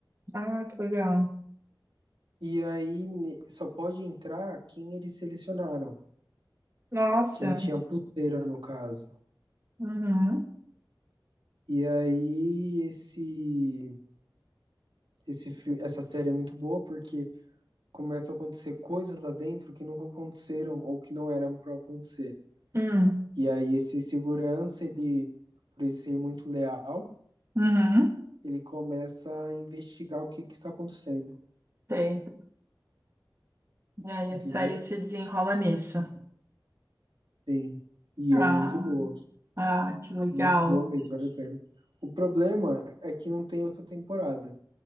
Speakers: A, on the right; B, on the right.
A: Ah, que legal.
B: E aí só pode entrar quem eles selecionaram,
A: Nossa.
B: quem tinha pulseira no caso.
A: Uhum.
B: E aí esse esse filme essa série é muito boa porque começa a acontecer coisas lá dentro que nunca aconteceram ou que não eram para acontecer.
A: Hum.
B: E aí esse segurança, ele por ele ser muito leal,
A: Uhum.
B: ele começa a investigar o que que está acontecendo,
A: Sei. E aí
B: entendeu?
A: a série se desenrola nisso.
B: Sim. E
A: Ah,
B: é muito boa,
A: ah, que legal.
B: muito boa mesmo, vale a pena. O problema é que não tem outra temporada.